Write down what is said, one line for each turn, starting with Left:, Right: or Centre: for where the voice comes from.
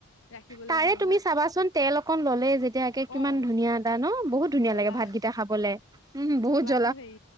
Left: ৰাখিবলে
Right: তাৰে
Left: ভাল
Right: তুমি
Left: হয়
Right: চাবাচোন তেল অকন ললেই যেতিয়াকে কিমান
Left: অ
Right: ধুনীয়া এটা ন বহুত ধুনীয়া
Left: জ্বলা
Right: লাগে ভাতকেইটা খাবলে উম বহুত জ
Left: টো হেৰি